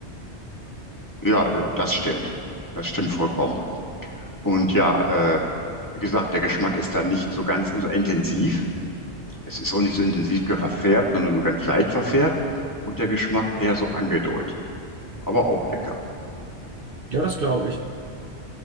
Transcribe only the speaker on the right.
Ja, das glaube ich.